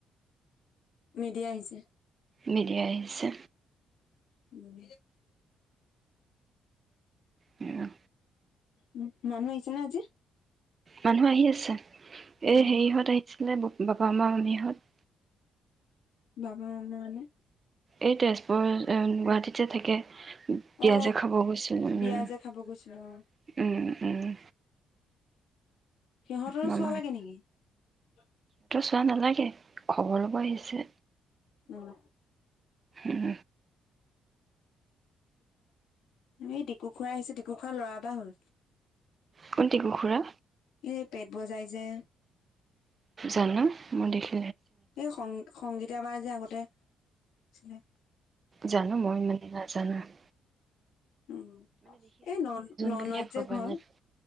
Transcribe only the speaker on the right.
মিডিয়ি আহিছে।
উম।
মানুহ আহি আছে। এ
হেৰিহঁত আহিছিলে, বপ বাপা মামা মামীহঁত
এই তেজপুৰৰ, গুৱাহাটীত যে থাকে বিয়া
যে খাব গৈছিলো, উম,
উম। উম।
মামাহঁত
ৱা নালাগে। খবৰ ল'ব আহিছে।
উম।
কোন টিকু খুৰা
যাৰ ‌নাম মোৰ দেশ
জানো মই মানে নাজানা। <inaudible>
বুলিয়ে ভবা
নাই